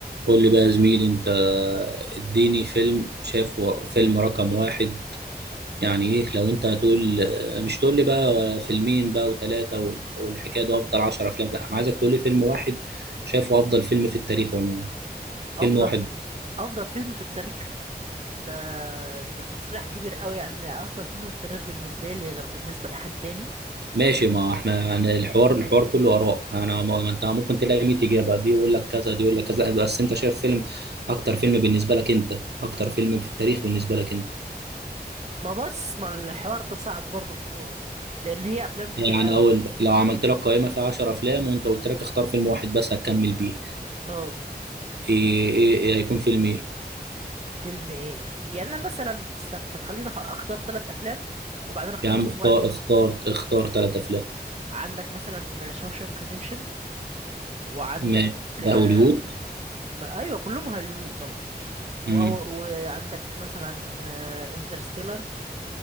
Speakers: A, on the right; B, on the right.
A: قول لي بقى يا زميلي انت اديني فيلم شافه فيلم رقم واحد يعني ايه لو انت هتقول مش تقول لي بقى فيلمين بقى وثلاثة وال- والحكاية ده افضل عشر افلام لا انا عايزك تقول لي فيلم واحد شافه افضل فيلم في التاريخ عموما فيلم
B: افضل
A: واحد
B: افضل فيلم في التاريخ ده ده تصريح كبير قوي يعني افضل فيلم في التاريخ بالنسبه لي غير بالنسبه لاحد تاني
A: ماشي ما احنا يعني الحوار الحوار كله اراء انا ما ما انت ممكن تلاقي 100 اجابة دي يقول لك كذا دي يقول لك كذا بس انت شايف فيلم اكتر فيلم بالنسبة لك انت اكتر فيلم في التاريخ بالنسبة لك انت
B: ما بص ما الحوار ده صعب برضه اختار لان هي افلام كتير
A: يعني
B: قوي
A: اقول لك لو عملت لك قائمه فيها 10 افلام وانت قلت لك اختار فيلم واحد بس هتكمل بيه
B: اه
A: ايه ايه, إيه هيكون فيلم ايه
B: فيلم ايه يعني انا مثلا استنى طب خليني أح- اختار ثلاث افلام وبعدين اختار
A: يا عم
B: منهم
A: اختار
B: واحد
A: اختار اختار ثلاث افلام
B: عندك مثلا شوشانك ريديمشن وعندك
A: ماشي
B: آه،
A: ده هوليوود
B: م- ايوه كلهم هوليوود طبعا و-
A: امم
B: وعندك مثلا انترستيلر